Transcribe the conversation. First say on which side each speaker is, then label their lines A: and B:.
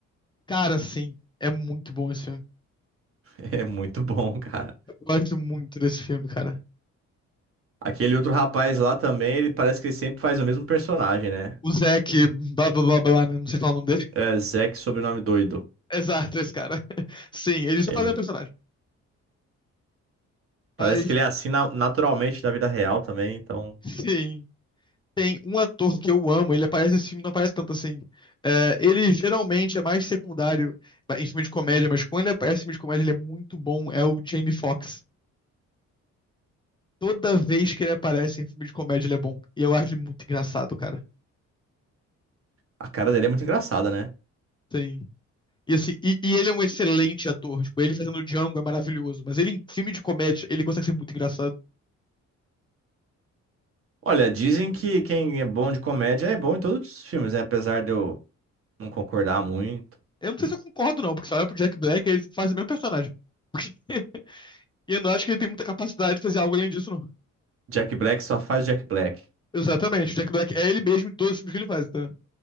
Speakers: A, on the left (about 15°); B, on the right (about 45°).
A: Cara, sim, é muito bom esse filme.
B: É muito bom, cara.
A: Eu gosto muito desse filme, cara.
B: Aquele outro rapaz lá também, ele parece que ele sempre faz o mesmo personagem, né?
A: O Zac, blá blá blá blá, né? Não sei falar o nome dele.
B: É Zack, sobrenome doido.
A: Exato, esse cara. <laughs> Sim, ele só
B: Ele
A: fazia um personagem.
B: parece
A: Mas,
B: que ele é assim na- naturalmente na vida real também, então
A: sim, tem um ator que eu amo, ele aparece nesse filme, não aparece tanto assim. É, ele geralmente é mais secundário em filme de comédia, mas quando ele aparece em filme de comédia, ele é muito bom, é o Jamie Foxx. Toda vez que ele aparece em filme de comédia, ele é bom. E eu acho ele muito engraçado, cara.
B: a cara dele é muito engraçada, né?
A: Sim. E, assim, e, e ele é um excelente ator. Tipo, ele fazendo o Django é maravilhoso. Mas ele em filme de comédia, ele consegue ser muito engraçado.
B: Olha, dizem que quem é bom de comédia é bom em todos os filmes, né? Apesar de eu não concordar muito.
A: Eu não sei se eu concordo, não, porque se olhar pro Jack Black, ele faz o mesmo personagem. <laughs> E eu não acho que ele tem muita capacidade de fazer algo além disso, não.
B: Jack Black só faz Jack Black.
A: Exatamente. O Jack Black é ele mesmo em todos os filmes que ele faz, tá?